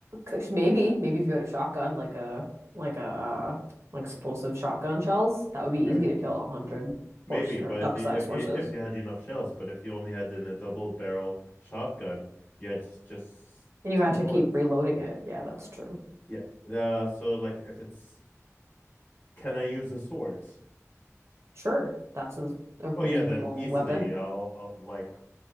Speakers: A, on the right; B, on the left.
A: c- maybe maybe if you had a shotgun, like a like a uh, like explosive shotgun shells, that would be easy
B: Sure.
A: to kill a hundred
B: Maybe,
A: horse
B: but
A: or duck-sized
B: if you if you
A: horses,
B: if you had enough shells, but if you only had in a double barrel shotgun, you had just, just
A: and you
B: two
A: had
B: bullets.
A: to keep reloading it. Yeah, that's true.
B: Yeah. Uh, so like if it's can I use a sword?
A: Sure, that's a, a
B: Oh
A: reasonable
B: yeah, then easily
A: weapon.
B: I'll, I'll like